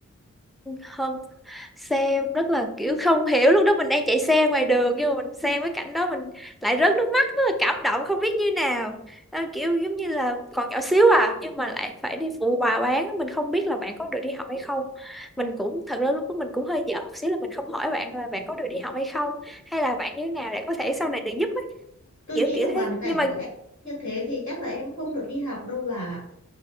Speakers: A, in the centre; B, on the left.
A: không xe rất là kiểu không hiểu lúc đó mình đang chạy xe ngoài đường nhưng mà mình xem cái cảnh đó mình lại rớt nước mắt rất là cảm động không biết như nào Ờ, kiểu giống như là còn nhỏ xíu à nhưng mà lại phải đi phụ bà bán mình không biết là bạn có được đi học hay không mình cũng thật ra lúc đó mình cũng hơi dở một xíu là mình không hỏi bạn là bạn có được đi học hay không hay là bạn như thế nào để có thể sau này được giúp ấy.
B: tôi
A: kiểu
B: nghĩ
A: kiểu
B: là hoàn
A: thế
B: cảnh
A: nhưng mà
B: của em như thế thì chắc là em không được đi học đâu bà